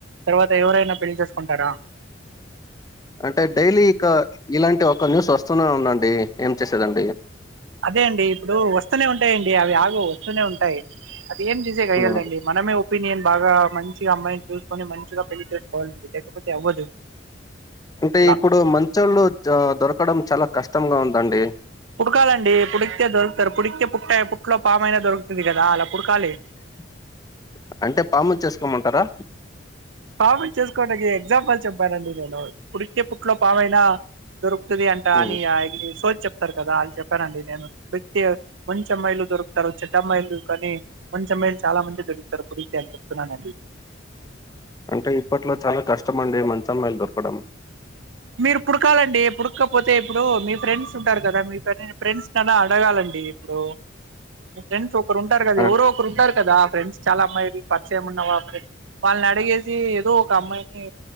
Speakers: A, on the right; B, on the left.
A: తర్వాత ఎవరైనా పెళ్లి చేసుకుంటాడా
B: <inaudible> అంటే డైలీ ఇక ఇలాంటి ఒక న్యూస్ వస్తూనే ఉందండి ఏం చేసేదండి
A: అదే అండి ఇప్పుడు వస్తూనే ఉంటాయండి అవి ఆగవ్ వస్తూనే ఉంటాయి అది ఏం చేసే కయ్యాలదండి
B: హ్మ్
A: మనమే ఒపీనియన్ బాగా మంచిగా అమ్మాయిని చూసుకొని మంచిగా పెళ్లి చేసుకోవాలి లేకపోతే అవ్వదు
B: అంటే
A: అలా
B: ఇప్పుడు మంచోళ్ళు దొరకడం చాలా కష్టంగా ఉందండి
A: పుడకాలండి పుడికితే దొరుకుతారు పుడికితే పుట్ట పుట్లో పామయినా దొరుకుతది కదా అలా పుడకాలి
B: <inaudible> అంటే పాము చేసుకోమంటారా
A: పాము చేసుకోవడానికి ఎగ్జాంపుల్ చెప్పానండి నేను పుడికితే పుట్లో పామైనా దొరుకు క్తది అంటా
B: హ్మ్.
A: అని చెప్తారు కదా వాళ్ళు చెప్పానండి నేను ప్రతి మంచి అమ్మాయిలు దొరుకుతారు చెడ్డ అమ్మాయిలు కానీ మంచమ్మాయిలు చాలా మంది దొరుగుతారు పుడిగితే అని చెప్తున్నాన
B: అంటే ఇప్పట్లో చాలా కష్టం అండి మంచమ్మాయిలు దొరకడం
A: మీరు పుడకాలండి పుడకపోతే ఇప్పుడు మీ ఫ్రెండ్స్ ఉంటారు కదా మీ ఫ్రెండ్స్ నన్నా అడగాలం డి ఇప్పుడు మీ ఫ్రెండ్స్ ఒకరు ఉంటారు కదా
B: అ
A: ఎవరో ఒకరు ఉంటారు కదా ఫ్రెండ్స్ చాలా అమ్మాయి పరిచయంమున్న వాళ్ళనీ వాళ్ళని అడిగేసి ఏదో ఒక అమ్మాయిని